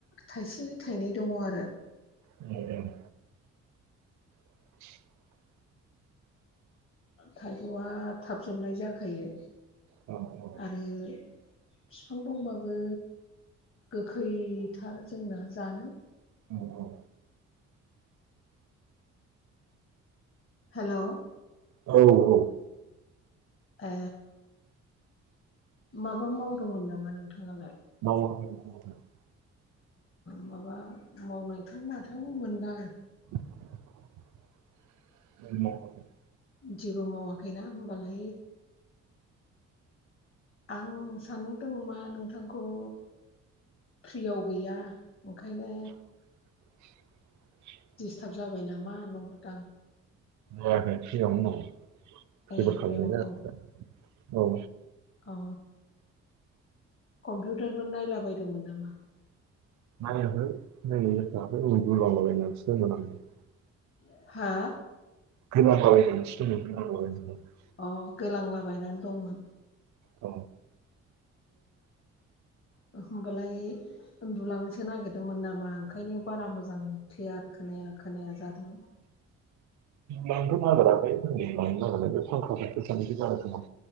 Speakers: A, on the left; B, on the right.
A: थाइसे थाइनै दङ आरो।
B: उम उम <inaudible>
A: थाइजौआ थाब जोबनाय जाखायो।
B: औ
A: आरो बिफां दंबाबो गोखैथार। जोंना जानो
B: औ औ
A: हेल'
B: औ औ
A: ए माबा मावदोंमोन नामा नोंथाङालाय?
B: <unintelligible>
A: माबा मावनायथां माथां मोनदां आं।
B: <unintelligible>
A: जेबो मावाखैना होमबालाय आं साननो दङ मा नोंथांखौ फ्रियाव गैया ओंखायनो
B: <unintelligible>
A: डिस्टार्ब जाबाय नामा नोंहरदांं
B: जाखै सिगांवनो औ
A: ए
B: जेबो
A: फ्रियावनो
B: खालामनाय जाखै औ
A: औ कम्पिउटारफोर नायला बदोंमोन नामा
B: <unintelligible>
A: <unintelligible>
B: <unintelligible>
A: अ गोलांलाबायनानै दंमोन
B: औ
A: <unintelligible> उन्दुलांनोसो नागिरदोंमोन नामा ओंखायनो बारा मोजां <unintelligible> आरो खोनाया खोनाया जादों
B: लांथ नागिराखै लांनो नागिरनाय बे फांखा फट सस जानो खोमा